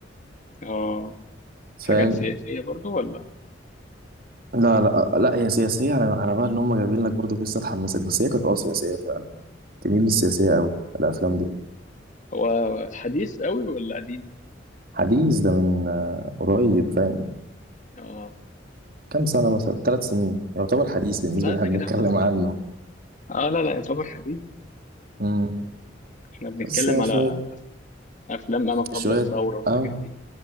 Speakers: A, on the left (about 45°); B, on the right (about 55°).
A: اه
B: فاهم
A: حاجات سياسيه برضو ولا
B: لا لا لا هي سياسية على على بال ان هم جايبين لك برضو قصة تحمسك بس هي كانت اه سياسية فعلا تميل للسياسية قوي الافلام دي
A: هو حديث قوي ولا قديم؟
B: حديث ده من آه، قريب فاهم
A: اه
B: كام سنة مثلا ثلاث سنين يعتبر حديث بالنسبة
A: لا
B: اللي
A: ده
B: احنا
A: كده
B: بنتكلم
A: يعتبر
B: عنه
A: حديث اه لا لا يعتبر حديث
B: امم
A: احنا بنتكلم
B: بس هي
A: على
B: شوية
A: افلام ما قبل
B: شوية
A: الثوره والحاجات
B: او
A: دي